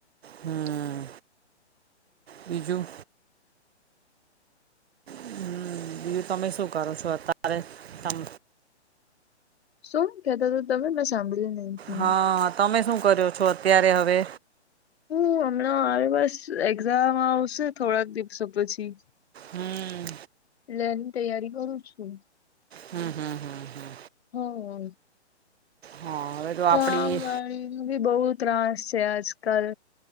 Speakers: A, on the right; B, on the left.
A: હમ બીજું હમ બીજું તમે શું કરો છો અત્યારે તમ
B: શું કેતા ત તમે મેં સાંભળી્યું નહી
A: હા તમે શું કર્યો છો અત્યારે હવે
B: હું હમણાં આવે બસ એક્ઝામ આવશે થોડાક દિવસો પછી
A: હમ
B: ની તૈયારી કરું છું
A: હમ હમ હમ હ
B: હમ
A: હા તો
B: કામવાળ
A: આપડી
B: ભી બહુ તાસ છે આજ કલ